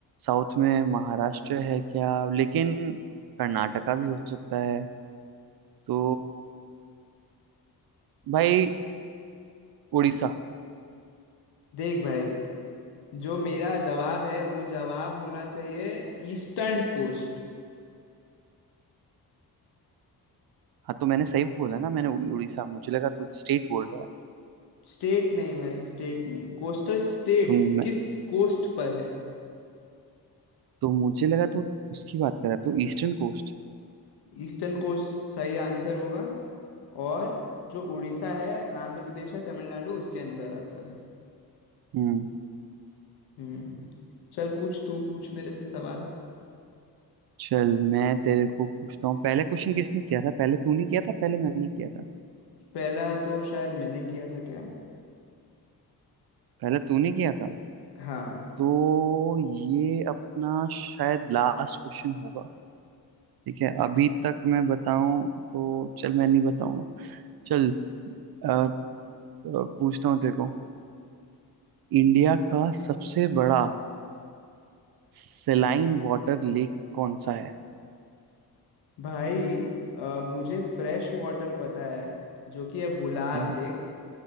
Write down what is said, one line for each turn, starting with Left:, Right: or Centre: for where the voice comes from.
Right: साउथ में महाराष्ट्र है क्या लेकिन कर्नाटका भी हो सकता है तो भाई उड़ीसा
Left: देख भाई जो मेरा जवाब है वो जवाब होना चाहिए ईस्टर्न कोस्ट
Right: हाँ तो मैंने सही बोला ना मैंने उ- उड़ीसा मुझे लगा तू स्टेट बोल रहा है
Left: स्टेट नहीं भाई स्टेट नहीं कोस्टल स्टेट्स
Right: तो मैं
Left: किस कोस्ट पर हैं
Right: तो मुझे लगा तू उसकी बात कर रहा है तो ईस्टर्न कोस्ट
Left: ईस्टर्न कोस्ट सही आंसर होगा और जो उड़ीसा है आंध्र प्रदेश है तमिलनाडु उसके अंदर आता है
Right: हम्म
Left: हम्म चल पूछ तू पूछ मेरे से सवाल
Right: चल मैं तेरे को पूछता हूँ पहले क्वेश्चन किसने किया था पहले तूने किया था पहले मैंने किया था
Left: पहला तो शायद मैंने किया था क्या
Right: पहले तूने किया था
Left: हाँ
Right: तो ये अपना शायद लास्ट क्वेश्चन होगा ठीक है अभी तक मैं बताऊं तो चल मैं नहीं बताऊंगा चल अ, अ, पूछता हूँ देखो इंडिया का सबसे बड़ा सेलाइन वाटर लेक कौन सा है
Left: भाई अ, मुझे फ्रेश वाटर पता है जो कि है Wular
Right: हम्म,
Left: lake